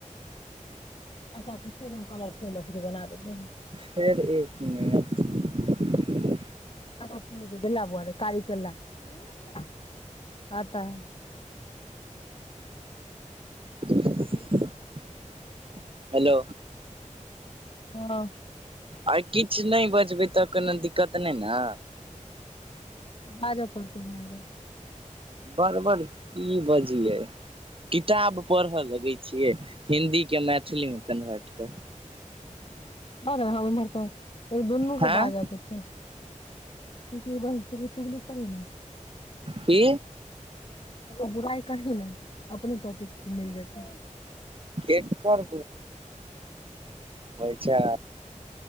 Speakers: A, on the left; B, on the right.
A: अच्छा कलरफुल मछली बना देेबै।
B: फेर एक मिनट
A: <unintelligible>
B: <inaudible> हेलो
A: हँ
B: आय किछ नै बच बै तऽ कोनो दिक्कत नै न।
A: बाजै पड़तो भाय रै
B: बड़ बड़ की बजियै किताब पढ़य लगै छियै हिदी के मैथिलीमे कन्वर्ट कऽ।
A: आबै हम इम्हर से औ दुनू
B: हँ
A: के बाज के छै, ई चीज बाजे छै केकरो चुगली करी न,
B: की
A: ककरो बुराई कहेला अपने टौपिक मिल जतो
B: केकर अच्छा